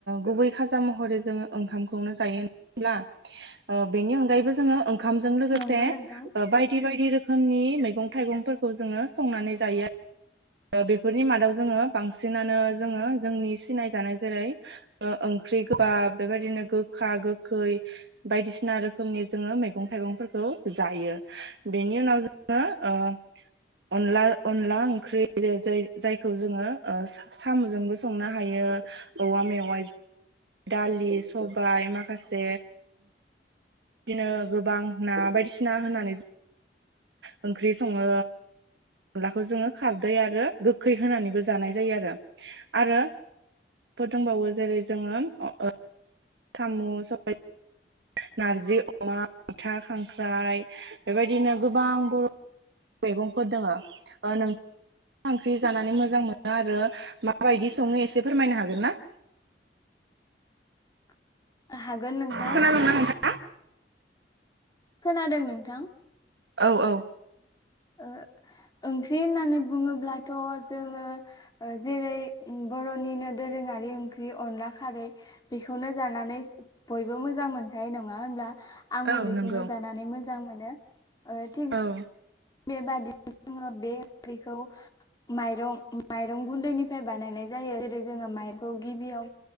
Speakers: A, on the right; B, on the left.
A: गुबै खाजा महरै ओ जोङो ओंखामखौनो जायो होमब्ला ओ बेनि अनगायैबो जोङो ओंखामजों लोगोसे
B: नंगौ
A: ओ
B: नोंथां
A: बायदि बायदि रोखोम रोखोमनि मैगं थाइगंफोरखौ जोङो संनानै जायो आरो। बेफोरनि मादाव जोङो बांसिनानो जोङो जोंनि सिनाय जानाय जेरै ओ-ओंख्रि गोबाब बेबायदिनो गोखा गोखै बायदिसिना रोखोमनि जोङो मैगं थाइगंफोरखौ जायो बेनि उनाव जोङो ओ अनला अनला ओंख्रि जाय जायखौ जोङो ओ सा-साम'जोंबो संनो हायो औवा मेवाइ दालि सबाय माखासे बिदिनो गोबां ना बायदिसिना होनानै ओ ओंख्रि सङो अनलाखौ जोङो खारदै आरो गोखै होनानैबो जानाय जायो आरो आरो फोरदोंंबावो जेरै जोङो ओ खामु सबाय नारजि अमा मैथा खांख्राइ बेबायदिनो गोबां बर' मैगंफोर दोङो नोंथाङा मा ओंख्रि जानानै मोजां मोनो आरो माबायदि सङो एसे फोरमायनो हागोन ना?
B: <unintelligible> हागोन नोंथां
A: खोनादोंना नोंथां?
B: खोनादों नोंथां।
A: औ औ
B: ओ-ओंख्रि होननानै बुङोब्लाथ' जोङो जेरै बर'निनो दोरोङारि ओंख्रि अनला खारै बेखौनो जानानै बयबो मोजां मोनखायो नङा होमब्ला? आंबो
A: औ
B: बेखौनो
A: नंगौ
B: जानानै मोजां मोजां मोनो <unintelligible>
A: औ
B: बेबादि जोङो बे ओंख्रैखौ माइरं माइरं गुन्दैनिफ्राय बानायनाय जायो जेरै जोङो माइरंखौ गिबियाव